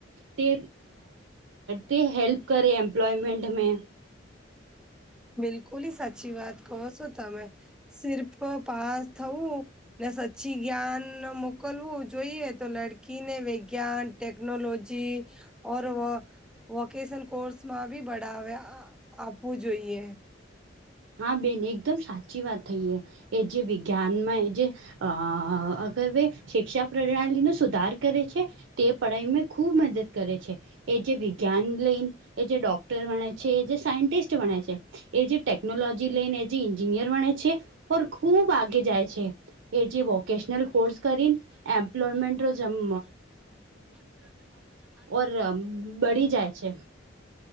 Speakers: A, on the right; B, in the centre.
A: તે તે હેલ્પ કરે એમ્પ્લોયમેન્ટ મે.
B: બિલકુલ સાચી વાત કહો છો તમે સિર્પ પાસ થવું ને સચ્ચી જ્ઞાન મોકલવું જોઈએ તો લડકીને વૈજ્ઞાન. ટેકનોલોજી ઓર વકેશન કોર્સમાં ભી બાવે. આપવું જોઈએ.
A: હા બેન એકદમ સાચી વાત થઈ એ. એ જે વિજ્ઞાનમાં એ જે અહ વે શિક્ષા પ્રણાલી નો સુધાર કરે છે, તે પઢાઈ મે ખુબ મદદ કરે છે. એ જે વિજ્ઞાન લઈન એ જે ડોક્ટર બણે છે, એ જે સાયન્ટિસ્ટ બણે છે, એ જે ટેક ટેકનોલોજી લઈને એ જે ન્જિનિયર બણે છે, ઔર ખુબ આગે જાય છે. એ જે વોકેશનલ
B: <inaudible>
A: કોર્સ કરીને એમ્પ્લોયમેન્ટ રો જમ ઓરમ બળી જાય છે.